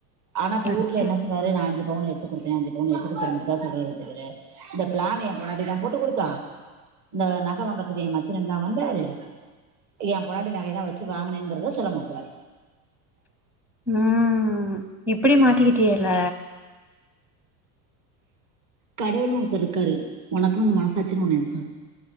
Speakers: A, on the right (about 35°); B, in the centre.
A: ஆனா இப்ப
B: அச்சோ
A: ஊருகுள்ள என்ன சொல்றரு நா அஞ்சு‌ பவுனு எடுத்து குடுத்த அஞ்சு பவுனு எடுத்து கொடுத்தத்துன் மட்டுதா சொல்றாரு தவிர இந்த பிளான எய பொன்னாட்டி தா போட்டு கொடுத்தா இந்த நக வாங்குறதுக்கு எய மச்சன தா வந்தாரு எய பொன்னாடி நக தா வச் சி வாங்கினேங்கரத சொல்ல மாற்றாரு
B: ம் இப்டி மாட்டிக்கிட்டியல்ல
A: கடவுள்ன்னு ஒருத்தர் இருக்காரு உனக்குன்னு மனசாச்சின்னு ஒண்ணு இருக்